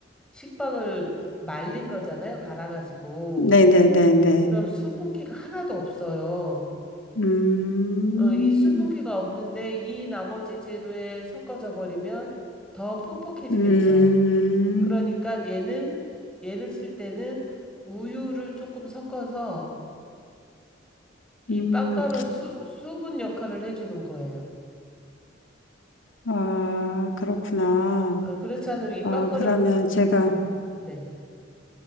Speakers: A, in the centre; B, on the left.
A: 식빵을 말린 거잖아요. 갈아가지고.
B: 네네네네.
A: 그럼 수분기가 하나도 없어요.
B: 음,
A: 어, 이 수분기가 없는데 이 나머지 재료에 섞어져 버리면 더 퍽퍽해지겠죠.
B: 음,
A: 그러니까 얘는 얘를 쓸 때는 우유를 조금 섞어서 이
B: 음.
A: 빵가루 수, 수분 역할을 해주는 거예요.
B: 아, 그렇구나.
A: 어, 그렇지 않으면 이
B: 아,
A: 빵가루
B: 그러면 제가
A: 네.